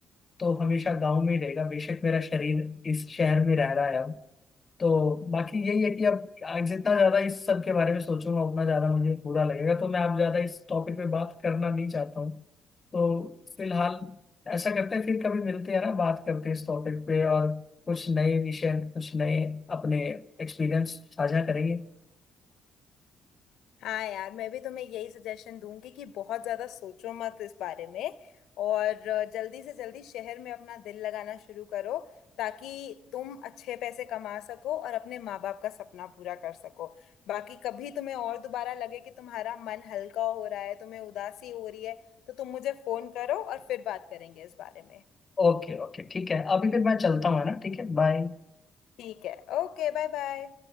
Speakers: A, on the left (about 35°); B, on the left (about 80°).
A: तो हमेशा गांव में ही रहेगा बेशक मेरा शरीर इस शहर में रह रहा है अब तो बाकी यही है कि अब आ- जितना ज्यादा इस सब के बारे में सोचूंगा उतना ज्यादा मुझे बुरा लगेगा तो मैं आप ज्यादा इस टॉपिक पे बात करना नहीं चाहता हूँ तो फिलहाल ऐसा करते हैं फिर कभी मिलते हैं ना बात करते हैं इस टॉपिक पे और कुछ नए विषय कुछ नए अपने एक्सपीरियंस साझा करेंगे
B: हाँ यार मैं भी तुम्हें यही सजेशन दूंगी कि बहुत ज्यादा सोचो मत इस बारे में और अ, जल्दी से जल्दी शहर में अपना दिल लगाना शुरू करो ताकि तुम अच्छे पैसे कमा सको और अपने माँ बाप का सपना पूरा कर सको बाकी कभी तुम्हें और दोबारा लगे कि तुम्हारा मन हल्का हो रहा है तुम्हें उदासी हो रही है तो तुम मुझे फोन करो और फिर बात करेंगे इस बारे में
A: ओके ओके ठीक है अभी फिर मैं चलता हूँ है ना ठीक है बाय
B: ठीक है ओके बाय बाय